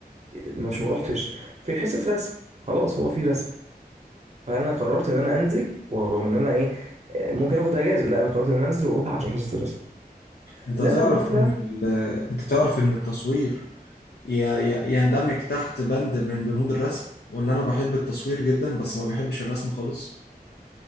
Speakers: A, on the right; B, on the left.
A: ما مش ما روحتش في حصه رسم خلاص هو في رسم فانا قررت ان انا انزل ورغم ان انا ايه آه، ممكن اخد اجازه لا انا قررت ان انا انزل واروح عشان حصه الرسم
B: انت
A: لما
B: تعرف
A: كبرت
B: ان
A: بقى
B: ال... انت تعرف ان التصوير ي... ي... يندمج تحت بند من بنود الرسم وان انا بحب التصوير جدا بس ما بحبش الرسم خالص